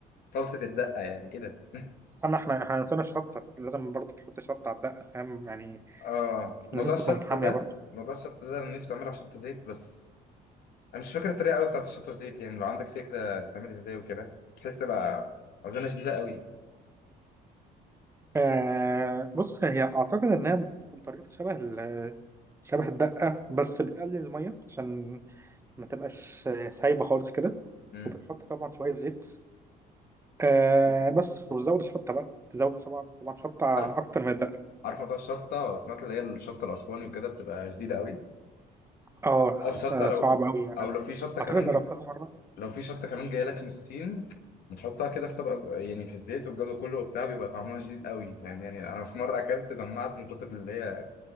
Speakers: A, on the left; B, on the right.
A: صلصه الدقه يعني ايه ده <laughs>
B: استنى احنا احنا نسينا الشطه لازم برضه تحط شطه على الدقه فاهم يعني
A: اه موضوع
B: لازم تكون
A: الشطه
B: حاميه
A: ده
B: برضه
A: موضوع الشطه ده انا نفسي اعملها شطه زيت بس انا مش فاكر الطريقه قوي بتاعت الشطه زيت يعني لو عندك فكره تتعمل ازاي وكده بحيث تبقى عزومه شديده قوي
B: آه بص هي اعتقد انها بتكون طريقتها شبه ال... شبه الدقه بس بتقلل الميه عشان ما تبقاش سايبه خالص كده
A: امم
B: وبتحط طبعا شويه زيت آه بس وتزود الشطه بقى تزود طبعا طبعا شطه
A: عارف
B: اكتر من الدقه
A: عارف موضوع الشطه سمعت اللي هي الشطه الاسواني وكده بتبقى شديده قوي
B: اه
A: او شطه
B: آه،
A: لو
B: صعب قوي انا
A: او لو في شطه
B: اعتقد
A: كمان
B: جربتها
A: ج...
B: مره
A: لو في شطه كمان جايه لك من الصين بتحطها كده في طبق يعني في الزيت والجو ده كله وبتاع بيبقى طعمها شديد قوي فاهم يعني انا في مره اكلت دمعت من كتر اللي هي